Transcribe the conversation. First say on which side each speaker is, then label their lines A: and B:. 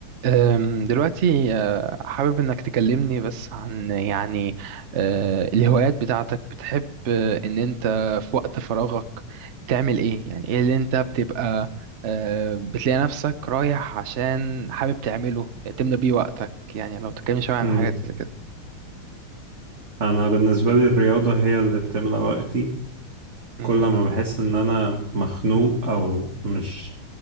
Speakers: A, on the right; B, on the right.
A: أم، دلوقتي أه، حابب إنك تكلمني بس عن يعني أه، الهوايات بتاعتك بتحب أه، إن أنت في وقت فراغك تعمل إيه يعني إيه اللي أنت بتبقى أه، بتلاقي نفسك رايح عشان حابب تعمله تملى بيه وقتك يعني لو تكلمني شوية عن
B: امم
A: حاجات زي كده
B: انا بالنسبه لي الرياضه هي اللي بتملى وقتي
A: مم،
B: كل ما بحس ان انا مخنوق او مش